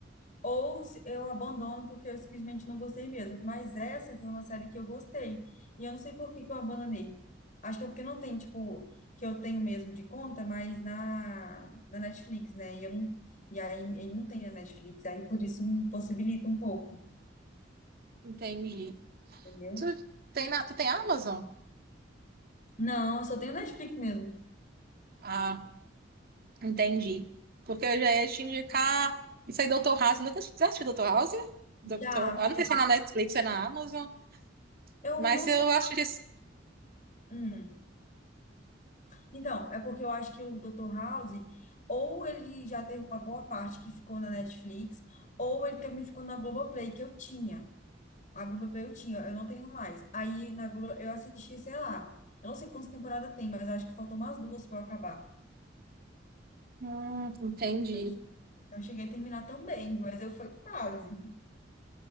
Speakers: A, on the left; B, on the right.
A: Ou se- eu abandono porque eu simplesmente não gostei mesmo. Mas essa foi uma série que eu gostei. E eu não sei por que que eu abandonei. Acho que é porque não tem, tipo, que eu tenho mesmo de conta, mas na, na Netflix, né? E, eu não, e aí ele não tem a Netflix. Aí por isso me possibilita um pouco,
B: Entendi.
A: entendeu?
B: Tu tem, na, tu tem Amazon?
A: Não, eu só tenho Netflix mesmo.
B: Ah, entendi. Porque eu já ia te indicar. Isso aí, Dr. House. Nunca já assistiu Dr. House? Dr.
A: Já,
B: Ah,
A: porque
B: não sei se é na Netflix, é na Amazon.
A: eu
B: Mas
A: não
B: eu
A: sei.
B: acho que.
A: hum. Então, é porque eu acho que o Dr. House, ou ele já teve uma boa parte que ficou na Netflix, ou ele também ficou na Globoplay, que eu tinha. A Globoplay eu tinha, eu não tenho mais. Aí na Glo eu assisti, sei lá, eu não sei quantas temporadas tem, mas eu acho que faltam umas duas para eu acabar.
B: Hum, entendi,
A: Não che- não cheguei a terminar também, mas eu fui quase.